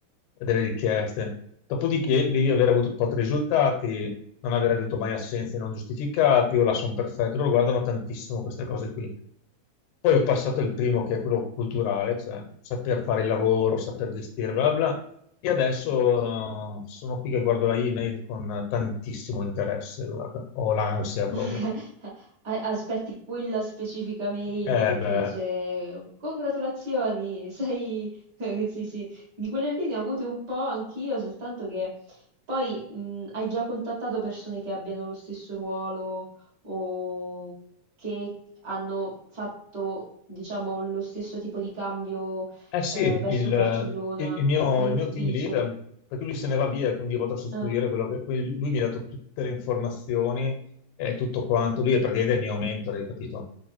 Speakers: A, on the left (about 80°); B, on the right (about 40°).
A: delle richieste. Dopodiché devi aver avuto tot risultati, non aver avuto mai assenze non giustificate, o la son perfetto, loro guardano tantissimo queste cose qui. Poi ho passato il primo, che è quello culturale, cioè saper fare il lavoro, saper gestire, bla bla. bla. E adesso eh, sono qui che guardo la email con tantissimo interesse, guarda. Ho l'ansia proprio.
B: <laughs> A- Aspetti quella specifica mail
A: Eh,
B: che ti
A: beh.
B: dice congratulazioni, sei... <laughs> sì, sì, di quelle lì ne ho avute un po' anch'io, soltanto che poi mh, hai già contattato persone che abbiano lo stesso ruolo o che hanno fatto, diciamo, lo stesso tipo di cambio eh,
A: Eh sì,
B: verso
A: il,
B: Barcellona
A: il- il mio,
B: nell'ufficio.
A: il mio team leader, perché lui se ne va via, quindi io vado a sostituire
B: Ah.
A: quello che... quindi Lui mi ha dato tutte le informazioni e tutto quanto. Lui è praticamente il mio mentore, hai capito?